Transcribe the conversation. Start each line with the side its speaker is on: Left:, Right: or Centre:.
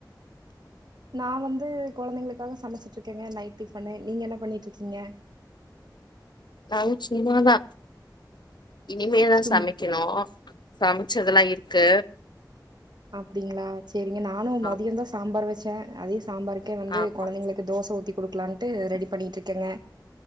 Right: நா வந்து கொழந்தைங்களுக்காக சமச்சிட்டு இருக்கேங்க நைட் டிஃபனு நீங்க என்ன பண்ணிட்டுருக்கீங்க
Left: நாங்க சும்மாதா இனிமேதா
Right: சும்
Left: சமைக் கணு சமச்சதெல்லா இருக்கு
Right: அப்டிங்ளா சரிங்க நானு மதியந்
Left: ஆம்
Right: தா சாம்பார் வச்சேன் அதே சாம்பாருக்கே வந்து
Left: ஆமா
Right: கொழந்தைங்களுக்கு தோச ஊத்தி குடுக்கலான்ட்டு ரெடி பண்ணிட்ருக்கேங்க